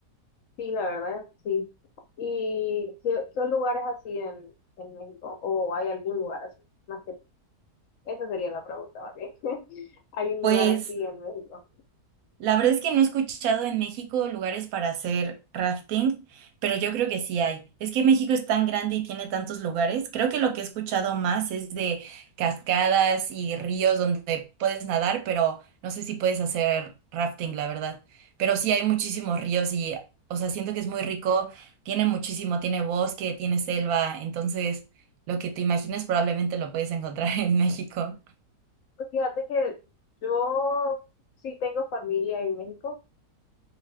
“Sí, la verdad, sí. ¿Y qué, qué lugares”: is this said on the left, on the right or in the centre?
Left